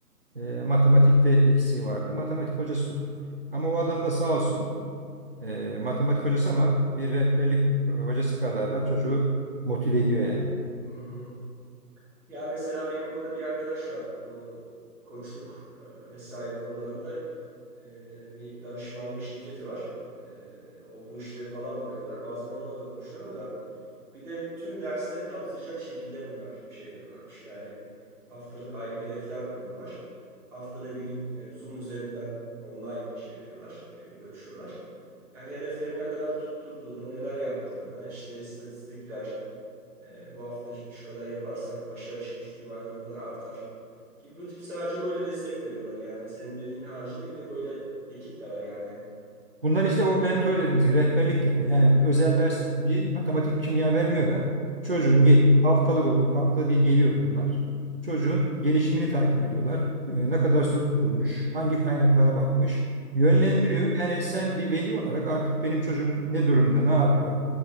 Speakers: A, on the right (about 35°); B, in the centre.
A: e, matematikte eksiği vardı. Matematik hocası tuttuk. Ama
B: anladım.
A: o adam da sağ olsun e, matematik hocası ama bir rehberlik hocası kadar da çocuğu motive ediyor yani.
B: Hı hı. Ya mesela benim burada bir arkadaş var. Bu koçluk e, vesaire konularında e, e, bir danışmanlık şirketi var. E, o bu işleri falan bakıyorlar. Bazen onunla da konuşuyorum da. Bir de tüm dersleri kapsayacak şekilde bunlar şey yapıyorlarmış. Yani haftalık aylık hedefler koyuyorlar. Haftada bir gün e, Zoom üzerinden online şey yapıyorlar, e, görüşüyorlar. Yani hedeflerin ne kadar tutturduğunu, neler yaptığını, işte istatistikler, e, bu hafta şu kadar yaparsak başarı ihtimaliniz o kadar artar gibi bu tip sadece böyle destek veriyorlar yani. Senin dediğin haricinde bir de böyle ekip de var yani.
A: Bunlar
B: E,
A: işte o mentor dediğimiz gibi rehberlik yapıyor. Yani özel
B: Evet,
A: ders dediğin matematik, kimya vermiyor da çocuğun
B: evet,
A: gel haftalık olarak haftada bir geliyor bunlar. Çocuğun gelişimini takip ediyorlar. E,
B: evet,
A: Ne kadar soru sorulmuş, hangi kaynaklara bakmış, yönlendiriyor.
B: evet,
A: Yani sen bir veli olarak artık benim çocuğum ne durumda, ne yapıyor?